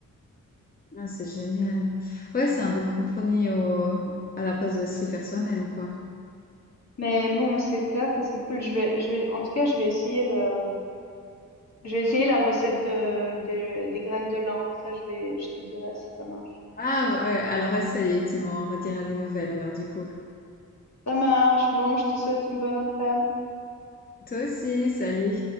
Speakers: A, on the left; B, on the left.
A: Ah, c'est génial. Ouais, c'est un bon compromis au... à la place de se les faire soi-même, quoi.
B: Mais bon, c'est clair que c'est cool. Je vais, je vais, en tout cas, je vais essayer le, je vais essayer la recette de, de- des graines de lin. Ça, je vais, je te dirai si ça marche.
A: Ah ouais, alors essaye et tu m'en rediras des nouvelles, alors du coup.
B: Ça marche. Bon, je te souhaite une bonne après-midi.
A: Toi aussi, salut.